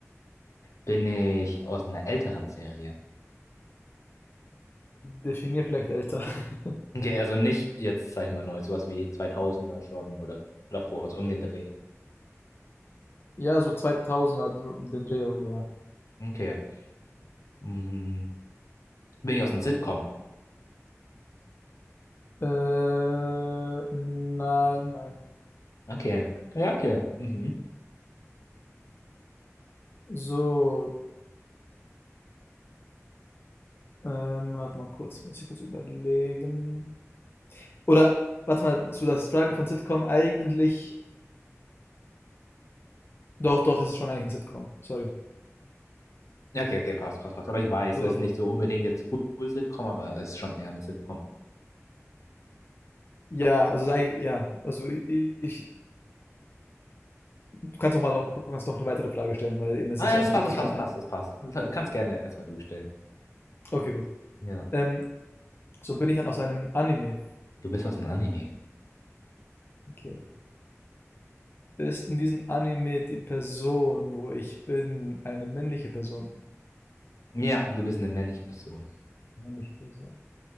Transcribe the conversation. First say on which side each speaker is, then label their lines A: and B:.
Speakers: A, on the left; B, on the left.
A: Bin ich aus einer älteren Serie?
B: definier vielleicht älter. <laughs>
A: Okay, also nicht jetzt, sag ich mal, neu, sowas wie 2000er schon oder davor, also um den Dreh.
B: Ja, so 2000er, dr- um den Dreh rum, ja.
A: Okay. Mhm. Bin ich aus einem Sitcom?
B: Äh, nein, nein.
A: Okay. Ja, okay. Mhm.
B: So, ähm, warte mal kurz, muss ich kurz überlegen. Oder, warte mal, zu der Frage von Sitcom, eigentlich, doch, doch, es ist schon eigentlich eine Sitcom, sorry.
A: Ja, okay, okay, passt, passt, passt. Aber ich weiß,
B: Also,
A: es ist nicht so unbedingt jetzt Full, Full Sitcom, aber es ist schon eher eine Sitcom.
B: ja, also, es ist eigentlich- ja, also, ich, ich du kannst doch mal noch, du kannst noch eine weitere Frage stellen, weil eben es
A: Ah,
B: ist eigentlich
A: es passt,
B: theoretisch
A: es passt,
B: schon ein,
A: passt, es passt. Du Kannst gerne erstmal du stellen.
B: okay, gut.
A: Ja.
B: Ähm, so bin ich dann aus einem Anime.
A: Du bist aus einem Anime.
B: Okay. Ist in diesem Anime die Person, wo ich bin, eine männliche Person?
A: Ja, und du bist eine männliche Person.
B: Männliche Person.